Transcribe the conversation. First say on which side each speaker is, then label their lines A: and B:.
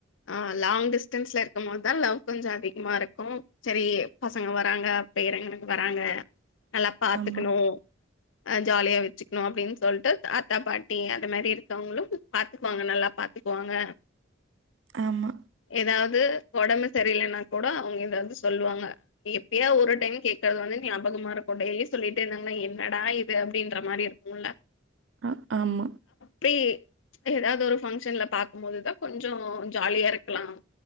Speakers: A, on the left (about 85°); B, on the right (about 75°).
A: ஆ லாங் டிஸ்டன்ஸ்ல இருக்கு போது தா லவ் கொஞ்ச அதிகமா இருக்கு சரி பசங்க வராங்க பேரன்க வராங்க நல்லா பாத்துக்கணு
B: ஆமா,
A: அ ஜாலியா வச்சுக்கணு அப்டின்னு சொல்டு தாத்தா பாட்டி அந்த மாரி இருக்கவங்களு பாத்துக்குவாங்க நல்லா பாத்து போங்க
B: ஆமா
A: ஏதாவது உடம்பு சரியில்லைன்னா கூட அவங்க எதாவது சொல்லுவாங்க எப்பையோ ஒரு டைம் கேக்குறது வந்து ஞாபகமா இருக்கும் டெய்லி சொல்லிடே இருந்தாங்கன என்னடா இது அப்டின்ற மாரி இருக் இல்ல
B: அ ஆமா
A: பிரீ ஏதாவது ஒரு ஃபங்க்ஷன்ல பாக்கு போதுதா கொஞ்ச கொஞ்ச ஜாலியா இருக்கலா